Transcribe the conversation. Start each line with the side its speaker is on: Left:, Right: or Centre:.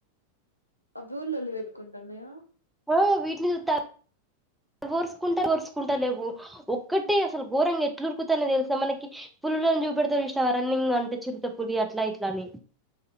Left: అవి కూడా లొల్లి పెట్టుకుంటాన్నాయా
Centre: ఆ వీటిని చూస్తే ఓరుసుకుంటా ఓరుసుకుంటా లేవు ఒక్కటే అసలు ఘోరంగా ఎట్లురుకుతని తెలుసా మనకి పులులను చూపెడతరు చూసినవా రన్నింగ్ లో అంటే చిరుత పులి అట్లా ఇట్ల అని